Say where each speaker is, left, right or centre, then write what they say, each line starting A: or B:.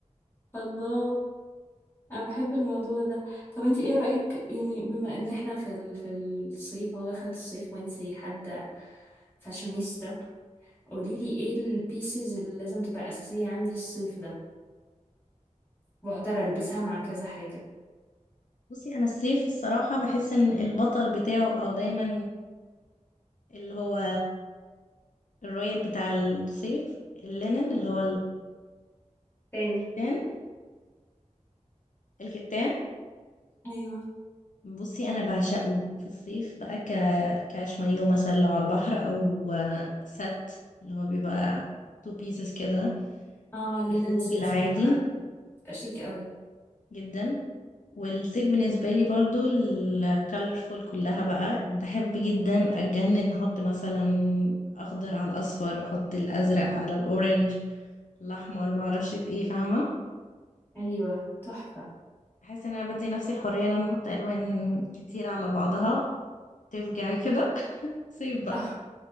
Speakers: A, on the left; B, on the left.
A: الله انا بحب الموضوع ده طب انت ايه رأيك يعني بما ان احنا في ال... في الصيف هو دخلت الصيف وانت حد فاشونيستا قولي لي ايه البيسز اللي لازم تبقى اساسية عندي الصيف ده واقدر البسها مع كذا حاجة
B: بصي انا الصيف الصراحة بحس ان البطل بتاعه او دايما اللي هو الرويال بتاع الصيف اللينن اللي هو
A: تاني
B: الكتان الكتان
A: ايوه
B: بصي انا بعشقه في الصيف بقى ك... كاش مايو مثلا لو على البحر او آه، سات اللي هو بيبقى تو بيسز كده
A: اه اللينن
B: في الخروج
A: سيتس
B: العادي
A: بتبقى بتبقى شيك قوي
B: جدا والصيف بالنسبة لي برضو الكالرفول كلها بقى بحب جدا اتجنن احط مثلا اخضر على الاصفر احط الازرق على الاورنج الاحمر معرفش في ايه فاهمة
A: ايوه تحفة
B: بحس ان انا بدي نفسي الحريه ان انا احط الوان كتير على بعضها تفجع كده صيف بقى
A: اه